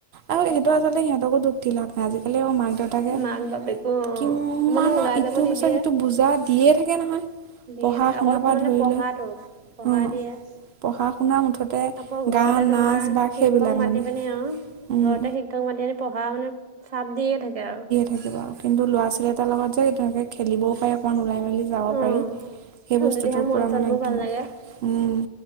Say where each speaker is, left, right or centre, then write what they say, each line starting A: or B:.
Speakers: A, on the right; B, on the right.
A: আৰু সিহঁতৰ আগতে সিহঁতকো দুখ। দিলাত আজিকালি মাক দেউতাকে
B: মাক বাপেকো অ
A: কিমানৰ
B: মানে ওলাই যাব
A: ইটোৰ
B: নিদিয়ে
A: পিছত ইটো বুজাত। দিয়ে থাকে নহয়।
B: দিয়ে
A: পঢ়া
B: থাকে
A: শুনাৰ
B: কল
A: পৰা
B: মানে
A: ধৰি
B: পঢ়াটো
A: লৈ
B: পঢ়া
A: অঁ
B: দিয়ে।
A: পঢ়া শুনা মুঠতে
B: আকৌ ঘৰতে
A: গান
B: তোমাৰ
A: নাচ বাগ
B: শিক্ষক
A: সেইবিলাক
B: মাতি
A: মানে
B: পিনি অ।
A: উম,
B: ঘৰতে শিক্ষক মাতি আনি পঢ়া মানে চাপ দিয়ে থাকে আৰু।
A: থাকিব আৰু কিন্তু ল'ৰা-ছোৱালীৰ ছোৱালী এটাৰ লগত যে তেনেকে খেলিবও পাৰে অকণ ওলাই মেলি। যাব
B: উম,
A: পাৰি সেই বস্তুটোৰ
B: যদিহে মন
A: পৰা
B: চনবোৰ
A: মানে একদম
B: ভাল
A: উম।
B: লাগে।